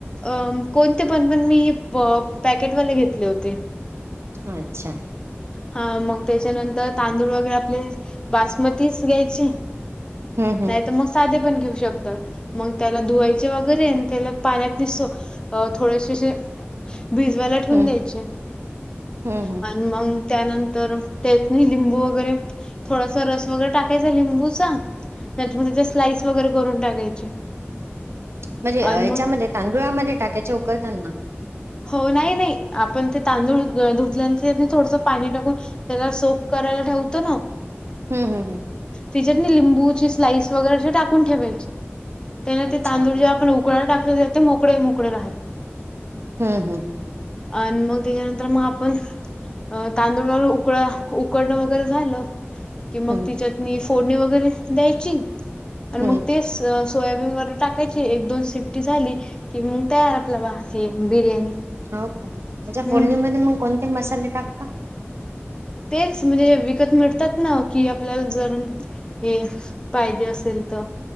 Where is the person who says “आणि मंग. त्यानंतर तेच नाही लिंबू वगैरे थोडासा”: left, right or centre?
Left